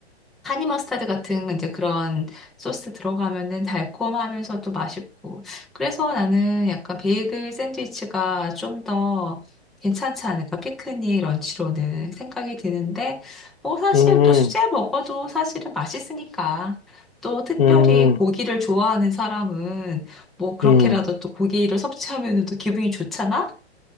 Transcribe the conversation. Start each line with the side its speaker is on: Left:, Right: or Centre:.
Centre: 하니 머스타드 같은 이제 그런 소스 들어가면은 달콤하면서도 맛있고. 그래서 나는 약간 베이글 샌드위치가 좀 더 괜찮지 않을까? 피크닉 런치로는 생각이 드는데, 뭐 사실
Left: 음,
Centre: 또 수제
Left: 음,
Centre: 먹어도 사실은 맛있으니까. 또 특별히
Left: 음,
Centre: 고기를 좋아하는 사람은 뭐 그렇게라도
Left: 음.
Centre: 또 고기를 섭취하면은 또 기분이 좋잖아?